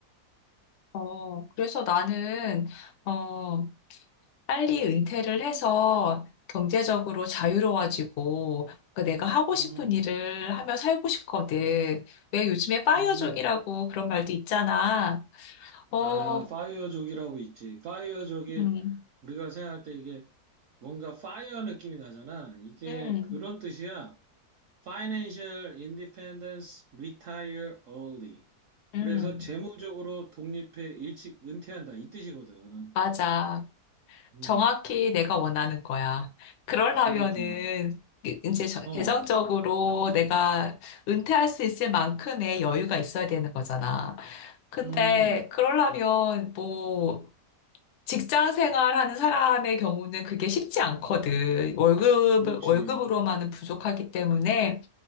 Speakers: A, on the left; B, on the right.
A: 어, 그래서 나는, 어, 빨리 은퇴를 해서 경제적으로 자유로워지고, 그 내가 하고
B: 음,
A: 싶은 일을 하며 살고 싶거든. 왜 요즘에 파이어족이라고
B: 음.
A: 그런 말도 있잖아. 어,
B: 아, 파이어족이라고 있지. 파이어족이
A: 음,
B: 우리가 생각할 때 이게 뭔가 파이어 느낌이 나잖아. 이게
A: 음,
B: 그런 뜻이야. Financial Independence Retire Early.
A: 음,
B: 그래서 재무적으로 독립해 일찍 은퇴한다. 이 뜻이거든.
A: 맞아.
B: 음,
A: 정확히 내가 원하는 거야. 그러려면은,
B: 그렇구나.
A: 그- 이제 저-
B: 어,
A: 재정적으로 내가 은퇴할 수 있을 만큼의 여유가 있어야 되는 거잖아. 근데,
B: 음,
A: 그러려면, 뭐, 직장 생활하는 사람의 경우는 그게 쉽지 않거든. 월급,
B: 그렇지.
A: 월급으로만은 부족하기 때문에,